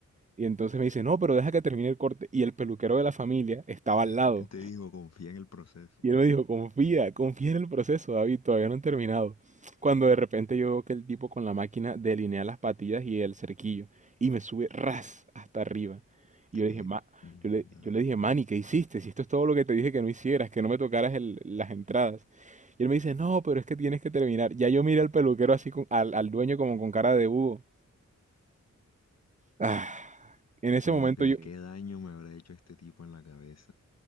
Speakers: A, on the right; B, on the left.
A: Y entonces me dice, no, pero deja que termine el corte. Y el peluquero de la familia estaba al lado.
B: Él te dijo, confía en el proceso.
A: Y él me dijo, confía, confía en el proceso, David, todavía no han terminado. Cuando de repente yo veo que el tipo con la máquina delinea las patillas y el cerquillo y me sube ras hasta arriba. Y
B: Te-
A: yo le dije, ma,
B: mm,
A: yo le,
B: ah,
A: yo le dije, Manny, ¿qué hiciste? Si esto es todo lo que te dije que no hicieras, que no me tocaras el- las entradas. Y él me dice, no, pero es que tienes que terminar. Ya yo miré al peluquero así, con- al, al dueño como con cara de búho. Ah, en ese
B: como
A: momento
B: que
A: yo,
B: qué daño me habrá hecho este tipo en la cabeza.